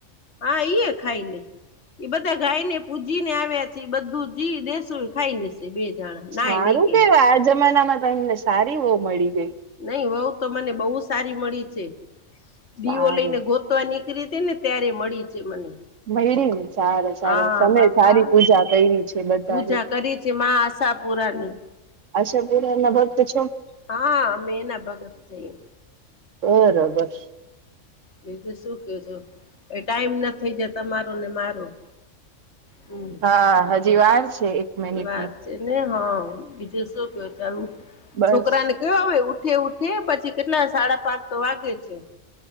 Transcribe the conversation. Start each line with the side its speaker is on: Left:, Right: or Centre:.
Left: હા, ઈ એ ખાઈ લે. ઈ બધા ગાય ને પૂજી ને આવ્યા છે એ બધું જી દેસું ખાઈ લેસે. બે જણા. નાય
Right: હારું
Left: નહી કે
Right: કેવા આ જમાના માં તમને સારી વોવ મળી ગેઈ.
Left: નઈ વોઉ તો મને બોઉ સારી મળી છે દીવો
Right: સારું
Left: લઈને ગો તવા નીકળી હતી ને ત્યારે મળી છે મને.
Right: મયળીને. સારું સારું
Left: હા
Right: તમે
Left: બાપા
Right: સારી પૂજા કયરી છે બધાની.
Left: પૂજા કરી છે મા આશાપુરાની
Right: આશાપૂરાના ભકત છો?
Left: હા અમે એના ભગત છીએ
Right: બરોબર.
Left: બીજું શું કે છો એ ટાઈમના થઈ જા તમારું ને મારું. હમ.
Right: હા, હજી વાર છે. મિનિટની
Left: વાત છેને હા વિદેશો કેય છે
Right: બસ
Left: છોકરાને કયો હવે ઉઠે ઉઠે પછી કેટલા સાડા પાંચ તો વાગે છે.